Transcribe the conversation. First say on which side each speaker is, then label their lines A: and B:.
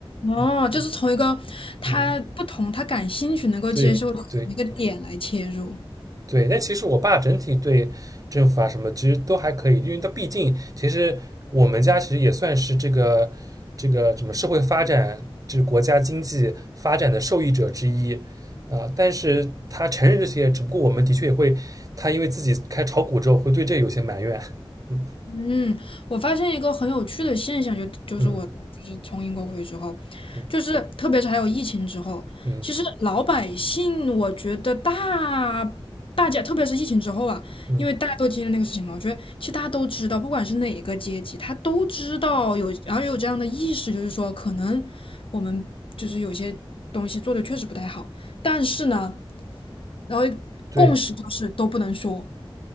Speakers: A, on the left (about 65°); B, on the right (about 40°).
A: 哦，
B: 嗯，
A: 就是从一个他不同、
B: 嗯
A: 他感兴趣、能够接受的这么一个点来切入。
B: 对对，对，但其实我爸整体对政府啊什么其实都还可以，因为他毕竟其实我们家其实也算是这个这个什么社会发展，这国家经济发展的受益者之一啊、但是他承认这些，只不过我们的确也会，他因为自己开炒股之后会对这有些埋怨。嗯
A: 嗯，我发现一个很有趣的现象，就就是我就是从英国回去之后，
B: 嗯嗯
A: 就是特别是还有疫情之后，
B: 嗯
A: 其实老百姓，我觉得大大家，特别是疫情之后啊，
B: 嗯，
A: 因为大家都经历那个事情嘛，我觉得其实大家都知道，不管是哪个阶级，他都知道有，然后有这样的意识，就是说可能我们就是有些东西做的确实不太好，但是呢，然后
B: 对。
A: 共识就是都不能说。